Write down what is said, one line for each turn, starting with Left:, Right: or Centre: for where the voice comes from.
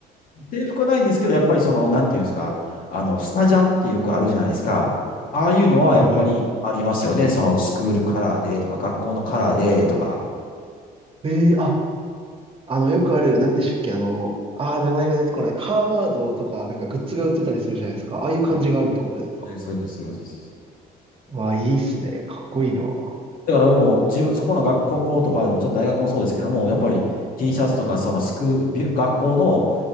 Left: 制服はないんですけど、やっぱりその、なんていうんですか、あの、スタジャンってよくあるじゃないですか。ああいうのはやっぱりありますよね。
Right: はいはい。
Left: そのスクールカラーでとか、学校のカラーでとか。
Right: ええあ、あの、よくある、なんでしたっけ、あの、ああ、名前が出てこない。ハーバードとか、なんかグッズが売ってたりするじゃないですか。ああいう感じがあるってことですか
Left: はい、そういう、そういうことです、そういうことです。
Right: わあ、いいっすね。かっこいいな。は
Left: だからもう、自分、そこの学校とか、もちろん大学もそうですけども、やっぱり T シャツとか、そのスク、び学校の